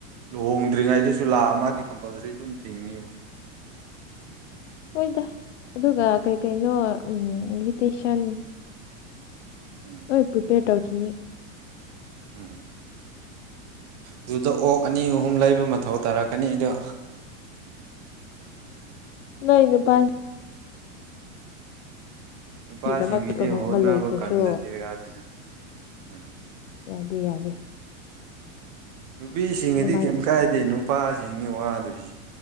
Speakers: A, on the right; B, on the left.
A: ꯂꯨꯍꯣꯡꯗ꯭ꯔꯤꯉꯩꯗꯨꯁꯨ ꯂꯥꯛꯑ ꯃꯥꯗꯤ ꯀꯝꯄꯜꯁꯔꯤ ꯑꯗꯨꯝ ꯇꯤꯡꯅꯤꯕ
B: ꯍꯣꯏꯗ ꯑꯗꯨꯒ ꯀꯩ ꯀꯩꯅꯣ ꯏꯟꯚꯤꯇꯦꯁꯟ
A: ꯎꯝ
B: ꯍꯣꯏ ꯄ꯭ꯔꯤꯄꯦꯌꯔ ꯇꯧꯈꯤꯅꯤ
A: ꯎꯝ ꯎꯝ ꯑꯗꯨꯗ ꯑꯣꯛ ꯑꯅꯤ ꯑꯍꯨꯝ ꯂꯩꯕ ꯃꯊꯧ ꯇꯥꯔꯛꯀꯅꯤ ꯑꯗꯨꯗ
B: ꯅ ꯅꯨ ꯄ
A: ꯅꯨꯄꯥꯁꯤꯡꯒꯤꯗꯤ
B: ꯅꯨꯄꯥꯒꯤꯗꯃꯛ ꯂꯨꯍꯣꯡꯕ
A: ꯍꯣꯠꯅꯕ
B: ꯂꯣꯏꯈ꯭ꯔꯁꯨ
A: ꯀꯟꯗꯗꯤ ꯌꯥꯗꯅ ꯎꯝ
B: ꯌꯥꯗꯦ ꯌꯥꯗꯦ
A: ꯅꯨꯄꯤꯁꯤꯡꯗꯤ
B: ꯑꯗꯨꯃꯥꯏꯅ
A: ꯀꯩꯝ ꯀꯥꯏꯗꯦ ꯅꯨꯄꯥꯁꯤꯡ ꯅꯤ ꯋꯥꯗꯣꯏꯁꯦ